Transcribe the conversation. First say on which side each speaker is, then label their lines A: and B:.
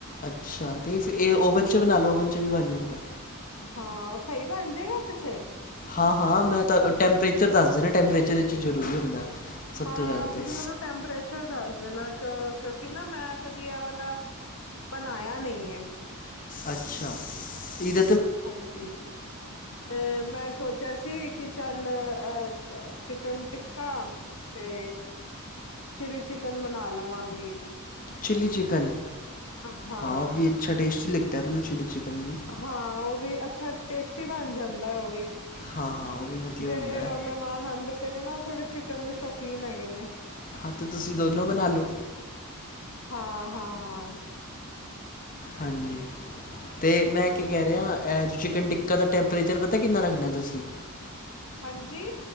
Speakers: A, on the left (about 40°); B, on the left (about 60°).
A: ਅੱਛਾ, ਤੇ ਇਹ ਫਿਰ ਓਵਨ ਚ ਬਨਾ ਲੋ, ਓਵਨ ਚ ਵੀ ਬਨ ਜਾਂਦੈ।
B: ਹਾਂ, ਸਈ ਬਣ ਜੇਗਾ, ਵੈਸੇ?
A: ਹਾਂ, ਹਾਂ ਮੈਂ ਤਾਂ ਟੈਂਪਰੇਚਰ ਦੱਸ ਦੇ ਨਾ, ਟੈਂਪਰੇਚਰ ਵਿੱਚ ਜ਼ਰੂਰੀ ਹੁੰਦਾ। ਸਭ
B: ਹਾਂ,
A: ਤੋਂ ਜ਼ਿਆਦਾ
B: ਤੁਸੀਂ
A: ਤੇ
B: ਮੈਨੂੰ ਟੈਂਪਰੇਚਰ ਚ ਦੱਸ ਦੇਨਾ ਕਿ ਕਿਉਂਕਿ ਨਾ, ਮੈਂ ਕਦੀ ਐ ਵਾਲਾ, ਬਨਾਇਆ ਨਈਂ ਏਂ।
A: ਅੱਛਾ, ਈਧ
B: ਹਾਂਜੀ, ਤੇ ਮੈਂ ਸੋਚਿਆ ਸੀ। ਕੀ ਚੱਲ ਅ ਚਿਕਨ ਟਿੱਕਾ ਤੇ। ਚਿਲੀ ਚਿਕਨ ਬਣਾ ਲਵਾਂਗੀ।
A: ਚਿਲੀ ਚਿਕਨ
B: ਹਾਂ,
A: ਹਾਓ ਵੀ ਅੱਛਾ ਟੇਸਟੀ ਲਗਦਾ ਹੈ ਆਪਨਾ ਨੂੰ ਚਿਲੀ ਚਿਕਨ ਵੀ।
B: ਹਾਂ ਉਹ ਵੀ ਅੱਛਾ ਟੇਸਟੀ ਬਣ ਜਾਂਦੈਂ, ਉਹ ਵੀ,
A: ਹਾਂ ਉਹ ਵੀ ਵਧੀਆ
B: ਜਿਹੜੇ
A: ਹੁੰਦਾ ਹੈ
B: ਮ ਮਹਿਮਾਨ ਆੰਦੇ ਪਏ ਨੇ ਨਾ, ਥੋੜੇ ਚਿਕਨ ਦੇ ਸ਼ੌਕੀਨ ਹੈਗੇਨੇ।
A: ਹਾਂ ਤਾਂ ਤੁਸੀਂ ਦੋਨੋਂ ਬਨਾ ਲੋ।
B: ਹਾਂ, ਹਾਂ।
A: ਹਾਂਜੀ। ਅਤੇ ਮੈਂ ਕੀ ਕਹਿ ਰਿਆਂ, ਐਜ ਚਿਕਨ ਟਿੱਕਾ ਦਾ ਟੈਂਪਰੇਚਰ ਪਤਾ ਕਿੰਨਾ ਰੱਖਨਾ ਤੁਸੀ?
B: ਹਾਂਜੀ?